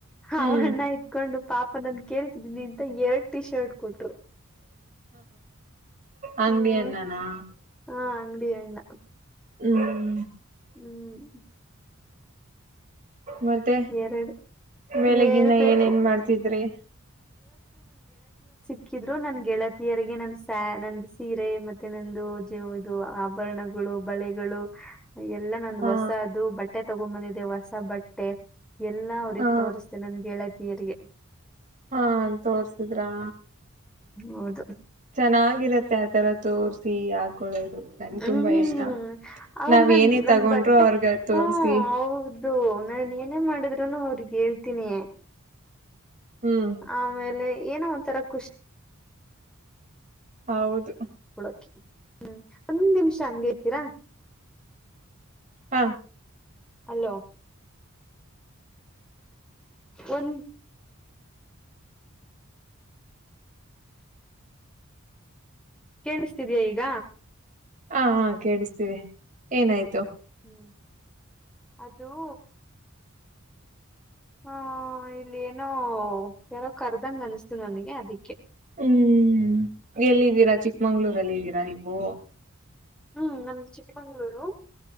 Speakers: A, on the right; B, in the centre.
A: ಹ್ಮ್
B: ಅವಣ್ಣ ಇತ್ಕೊಂಡು ಪಾಪ ನನ್ ಕೇಳ್ತಿದನಿಂತ ಎರಡ್ ಟೀ ಶರ್ಟ್ ಕೊಟ್ರು.
A: ಅಂಗಡಿ
B: ಹ್ಮ್
A: ಅನ್ನನಾ
B: ಹಾ ಅಂಗಡಿ ಎಣ್ಣ.
A: ಹ್ಮ್.
B: ಹ್ಮ್.
A: ಮತ್ತೆ
B: ಎರಡು
A: ಬೆಳಗಿನ
B: ಹೇಳ್ಬೇಕು
A: ಏನೇನ್ ಮಾಡ್ತಿದ್ರಿ.
B: ಹಾಕ್ಕಿದ್ರು ನನ್ ಗೆಳತಿಯರಿಗೆ ನನ್ ಸ ನಂದು ಸೀರೆ ಮತ್ತೆ ನಂದು ಜವ ಇದು ಆಭರಣಗಳು ಬಳೆಗಳು. ಎಲ್ಲ ನಂದ
A: ಹಾ
B: ಹೊಸ ಅದು ಬಟ್ಟೆ ತಗೊ್ಂಬಂದಿದೆೆ ಹೊಸ. ಸ ಬಟ್ಟೆ. ಎಲ್ಲಾ ಅವ್ರಗ್
A: ಹಾ
B: ತೋರಿಸತೆೆ ನನ್ಗೆ ಹೇಳದ- ಯರಿಗೆ.
A: ಹಾ ತೋರ್ಸಿದ್ರಾ.
B: ಹೌದು.
A: ಚೆನ್ನಾಗಿರತ್ತೆ ಆತರ ತೋರ್ಸಿ ಹಾಕೊಳ್ಳೋದು. ನಂಗೆ
B: ಹ್ಮ್
A: ತುಂಬಾ ಇಷ್ಟ
B: ಅವದ
A: ನಾವ್
B: ನನ್
A: ಏನೇ
B: ನನ್
A: ತಗೊಂಡ್ರು
B: ಬಟ್ಟೆ
A: ಅವ್ರಗ ತೋರ್ಸಿ
B: ಹ್ಮ ಹೌದು ನನ್ ಏನೇ ಮಾಡಿದ್ರುನು ಅವ. ಗ್ ಹೇಳ್ತೀನಿ.
A: ಹ್ಮ್
B: ಆಮೇಲೆ. ಏನೋ ಒಂಥರ ಖುಷಿ.
A: ಹೌದು.
B: ಹಳಕೆ ಹ್ಮ್ ಒಂದ್ ನಿಮಿಷ ಹಂಗಗೆ ಇರ್ತೀರಾ.
A: ಹಾ.
B: ಅಲ್ಲೋ. ಒಂದು. ಕೇಳಿಸ್ತಿದಯಾ ಈಗ.
A: ಹ ಹಾ ಕೇಳಿಸ್ತೀವಿ ಏನಾಯ್ತು.
B: ಹ್ಮ್ ಅದುೂ. ಹ ಇಲ್ಲಿ ಏನೋ ಯಾರೋ ಕರ್ದಂಗ ಅನಸ್ತು ನನಗೆ ಅದಿಕ್ಕೆ.
A: ಹ್ಮ್ ಎಲ್ಲಿದ್ದೀರಾ ಚಿಕ್ಮಂಗ್ಳೂರಲ್ಲಿ
B: ಹ್ಮ್
A: ಇದಿದ್ದೀರಾ ನೀವು.
B: ಹ್ಮ್ ನಮ್ದ ಚಿಕ್ಕಮಂಗ್ಗಳೂರು.